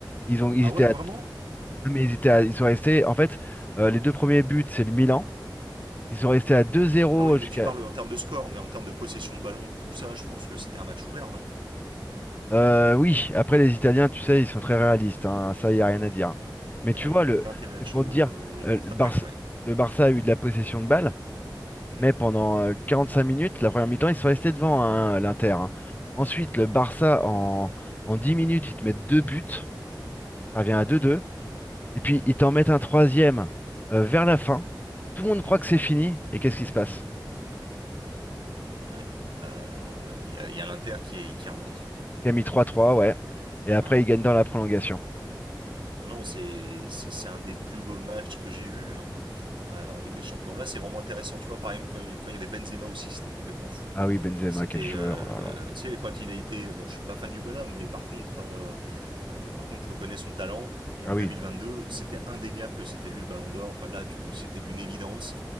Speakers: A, on the left; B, on the right.
A: Ils ont, ils
B: Ah
A: étaient
B: ouais,
A: à,
B: vraiment
A: ah, mais ils étaient à- ils sont restés. En fait, euh, les deux premiers buts, c'est le Milan. Ils sont restés à deux zéro
B: Ah oui, mais
A: jusqu'à
B: tu parles en termes de score, mais en termes de possession de ballon, tout ça, je pense que c'était un match ouvert, non
A: Euh, oui, après les Italiens, tu sais, ils sont très réalistes, hein, ça, il n'y a rien à dire. Mais tu
B: Ouais,
A: vois,
B: il y a
A: le,
B: une Catenaccio
A: c'est pour te dire,
B: euh,
A: euh,
B: et contre-attaque,
A: le Barça,
B: ouais.
A: le Barça a eu de la possession de balle,
B: Mhm,
A: mais pendant euh, cinq minutes, la première mi-temps, ils sont restés devant hein, l'Inter. hein. Ensuite, le Barça, en, en 10 minutes, ils te mettent deux buts, ça revient à deux deux, et puis
B: mhm,
A: ils t'en mettent un troisième euh, vers la fin. Tout le monde
B: mhm.
A: croit que c'est fini, et qu'est-ce qui se passe?
B: Ouais. Bah, Il y a, il y a l'Inter qui, est- qui remonte.
A: Camille trois trois, ouais. Et après,
B: Ouais.
A: ils gagnent dans la prolongation.
B: Ah Non, c'est c'est un des plus beaux matchs que j'ai vu hein, euh, en Ligue des Champions. Là, c'est vraiment intéressant, tu vois. Par exemple, quand, il- quand il y avait Benzema aussi, c'était complètement fou.
A: Ah oui, Benzema,
B: Euh, C'était,
A: quel joueur,
B: euh,
A: oh là là.
B: tu sais, quand il a été, bon, je suis pas fan du bonhomme, mais par contre, euh, euh, par contre, je reconnais son talent. Et
A: Ah
B: en
A: oui.
B: deux mille vingt deux, c'était indéniable que c'était lui le Ballon d'Or. Enfin là, tu, c'était d'une évidence.